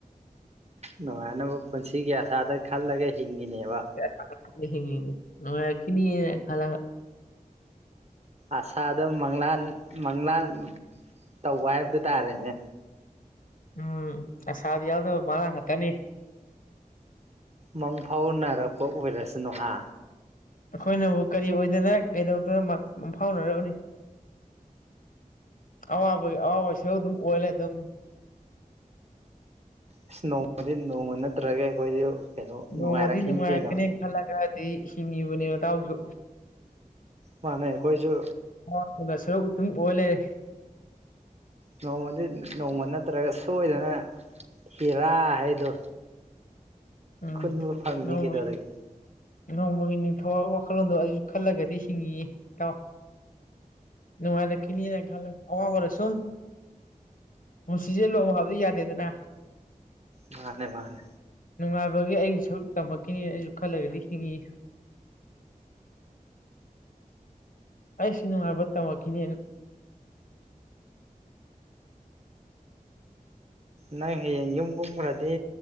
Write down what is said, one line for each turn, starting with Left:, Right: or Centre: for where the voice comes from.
Right: ꯅꯨꯡꯉꯥꯏꯅꯕ ꯄꯨꯟꯁꯤꯒꯤ ꯑꯁꯥꯗ ꯈꯜꯂꯒ ꯍꯤꯡꯉꯤꯅꯦꯕ
Left: ꯑꯗꯨꯅꯦ ꯍꯤꯡꯉꯤꯅꯦ ꯅꯨꯉꯥꯏꯔꯛꯈꯤꯅꯤ ꯈꯜꯂꯒ
Right: ꯑꯁꯥꯗ ꯃꯪꯂꯥꯟ ꯃꯪꯂꯥꯟ ꯇꯧꯕ ꯍꯥꯏꯕꯗꯨ ꯇꯥꯔꯦꯅꯦ
Left: ꯎꯝ ꯑꯁꯥꯗꯤ ꯌꯥꯎꯗꯕ ꯃꯪꯂꯥꯟ ꯈꯪꯇꯅꯤ
Right: ꯃꯪ ꯐꯥꯎꯅꯔꯛꯄ ꯑꯣꯏꯔꯁꯅꯨ ꯍꯥ
Left: ꯑꯩꯈꯣꯏꯅꯕꯨ ꯀꯔꯤ ꯑꯣꯏꯗꯅ ꯀꯩꯗꯧꯗꯣꯏꯅꯣ ꯃꯪꯐꯥꯎꯅꯔꯅꯕꯅꯤ ꯑꯋꯥꯕꯒꯤ ꯑꯋꯥꯕ ꯁꯔꯨꯛ ꯑꯗꯨꯝ ꯑꯣꯏ ꯂꯩꯔꯗꯕꯅꯤ ꯑꯗꯨꯝ
Right: ꯏꯁ ꯅꯣꯡꯃꯗꯤ ꯅꯣꯡꯃ ꯅꯠꯇ꯭ꯔꯒ ꯑꯩꯈꯣꯏꯁꯨ ꯀꯩꯅꯣ
Left: ꯅꯣꯡꯃꯗꯤ
Right: ꯅꯨꯡꯉꯥꯏꯔꯛꯈꯤꯅꯤ
Left: ꯅꯨꯡꯉꯥꯏꯔꯛꯀꯅꯦꯅ
Right: ꯀꯩꯅꯣ
Left: ꯈꯜꯂꯒꯗꯤ ꯍꯤꯡꯉꯤꯕꯅꯦ ꯅꯇꯥꯎꯁꯨ
Right: ꯃꯥꯥꯟꯅꯦ ꯑꯩꯈꯣꯏꯁꯨ
Left: ꯑꯋꯥꯕꯅ ꯁꯔꯨꯛ ꯑꯗꯨꯝ ꯑꯣꯏ ꯂꯩꯔꯦ
Right: ꯅꯣꯡꯃꯗꯤ ꯅꯣꯡꯃ ꯅꯠꯇ꯭ꯔꯒ ꯁꯣꯏꯗꯅ ꯕꯤꯔꯥ ꯍꯥꯏꯗꯣ
Left: ꯎꯝ
Right: ꯈꯨꯟꯕ ꯐꯪꯅꯤ
Left: ꯅꯣꯡꯃꯒꯤ
Right: ꯀꯩꯗꯧꯔꯒꯦ
Left: ꯅꯣꯡꯃꯒꯤ ꯅꯤꯡꯊꯧꯕ ꯋꯥꯈꯜꯂꯣꯟꯗꯣ ꯑꯗꯨ ꯈꯜꯂꯒꯗꯤ ꯍꯤꯡꯉꯤꯌꯦ ꯏꯇꯥꯎ ꯅꯨꯡꯉꯥꯏꯔꯛꯈꯤꯅꯤꯅ ꯈꯜꯂꯒ ꯑꯋꯥꯕꯅ ꯁꯨꯝ ꯄꯨꯟꯁꯤꯖꯦ ꯂꯣꯡ ꯍꯕꯗꯤ ꯌꯥꯗꯦꯗꯅ
Right: ꯃꯥꯅꯦ ꯃꯥꯅꯦ
Left: ꯅꯨꯡꯉꯥꯏꯕꯒꯤ ꯑꯩꯒꯤꯖꯨ ꯁꯔꯨꯛ ꯇꯝꯃꯛꯈꯤꯅꯤ ꯑꯩꯁꯨ ꯈꯜꯂꯒꯗꯤ ꯍꯤꯡꯉꯤ ꯑꯩꯁꯨ ꯅꯨꯡꯉꯥꯏꯕ ꯇꯝꯃꯛꯈꯤꯅꯦ
Right: ꯅꯪ ꯍꯌꯦꯡ ꯌꯨꯝꯒꯨꯝꯈ꯭ꯔꯗꯤ